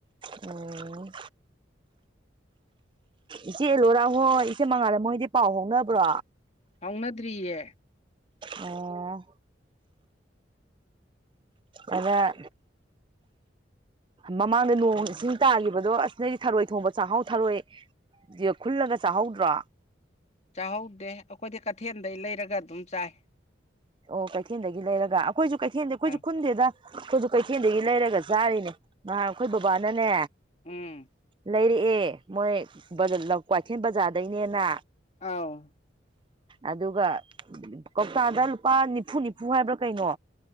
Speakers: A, on the right; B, on the left.
A: ꯎꯝ ꯏꯆꯦꯂꯣꯏꯔꯥ ꯍꯣꯏ ꯏꯆꯦ ꯃꯉꯥꯜꯂꯦ ꯃꯣꯏꯗꯤ ꯄꯥꯎ ꯍꯧꯥꯎꯅꯕ꯭ꯔꯣ
B: ꯐꯥꯎꯅꯗ꯭ꯔꯤꯌꯦ
A: ꯑꯣ ꯑꯩꯅ ꯃꯃꯥꯡꯗ ꯅꯣꯡ ꯏꯁꯤꯡ ꯇꯥꯈꯤꯕꯗꯣ ꯑꯁꯤꯅꯗꯤ ꯊꯔꯣꯏ ꯊꯣꯡꯕ ꯆꯥꯛꯍꯥꯎ ꯊꯔꯣꯏ ꯈꯨꯜꯂꯒ ꯆꯥꯍꯧꯗ꯭ꯔꯣ
B: ꯆꯥꯍꯧꯗꯦ ꯑꯩꯈꯣꯏꯗꯤ ꯀꯩꯊꯦꯜꯗꯩ ꯂꯩꯔꯒ ꯑꯗꯨꯝ ꯆꯥꯏ
A: ꯑꯣ ꯀꯩꯊꯦꯜꯗꯒꯤ ꯂꯩꯔꯒ ꯑꯩꯈꯣꯏꯁꯨ ꯀꯩꯊꯦꯜꯗ ꯑꯩꯈꯣꯏꯁꯨ
B: ꯑ
A: ꯈꯨꯟꯗꯦꯗ ꯑꯩꯈꯣꯏꯁꯨ ꯀꯩꯊꯦꯜꯗꯒꯤ ꯂꯩꯔꯒ ꯆꯥꯔꯤꯅꯦ ꯅꯍꯥꯟ ꯑꯩꯈꯣꯏ ꯕꯕꯥꯅꯅꯦ
B: ꯎꯝ
A: ꯂꯩꯔꯛꯑꯦ ꯃꯣꯏ ꯀ꯭ꯋꯥꯏꯊꯦꯜ ꯕꯖꯥꯔꯗꯒꯤꯅꯦꯅ
B: ꯑꯥꯎ
A: ꯑꯗꯨꯒ ꯀꯧꯇꯥꯗ ꯂꯨꯄꯥ ꯅꯤꯐꯨ ꯅꯤꯐꯨ ꯍꯥꯏꯕ꯭ꯔꯥ ꯀꯩꯅꯣ